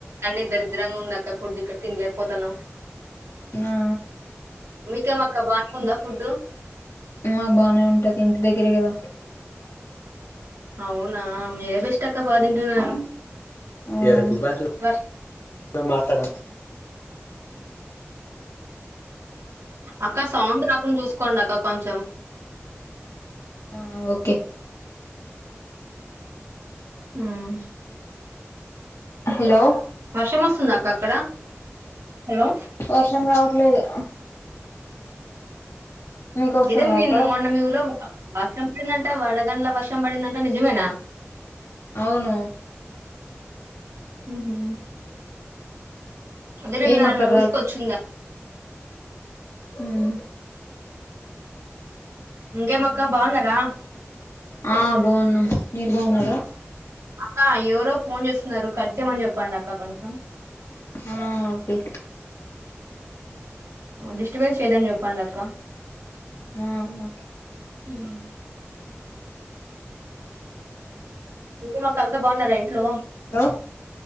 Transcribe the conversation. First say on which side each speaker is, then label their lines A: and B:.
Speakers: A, on the right; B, on the left.
A: అన్ని దరిద్రంగ ఉందక్క్ ఫుడ్ ఇక్కడ్ తిన్లేక్పోతన్నం
B: ఆ
A: మీకేం అక్క బానే ఉందా ఫుడ్
B: మాక్ బానే ఉంటది ఇంటి దగ్గరే గదా
A: అవునా మీరే బెస్ట్ అక్క బా తింటున్నారు
B: ఆ
A: వర్ష అక్క సౌండ్ రాకుండా చూసుకోండి అక్క కొంచెం
B: ఆహ్ ఓకె
A: మ్
B: హలో
A: వర్షం ఒస్సుందా అక్క అక్కడ హలో
B: వర్షం రావట్లేదు మీకు వస్తుందా
A: ఇదే మీన్
B: ఇక్కడ
A: మొన్న మీవూర్లో వర్షం పడిందంట వడగండ్ల వర్షం బడిందంట నిజమేనా
B: ఔనూ
A: మ్ హ్ అదె నిన్న
B: ఏం అక్కడ
A: న్యూస్కోచింద్గా
B: మ్
A: ఇంకేమక్క బాగున్నరా
B: ఆహ్ బాగున్నాం మీరు బాగున్నారా
A: అక్క ఎవరో ఫోన్ చేస్తున్నారు కట్ చేయ్మని చెప్పండి అక్క కొంచెం
B: ఆ ఓకె
A: డిస్టబెన్స్ చేయొద్దని చెప్పండక్క
B: ఆహ్ ఓకే
A: ఊ మ్ ఇంకేమక్క అంత బాగున్నారా ఇంట్లో
B: హలో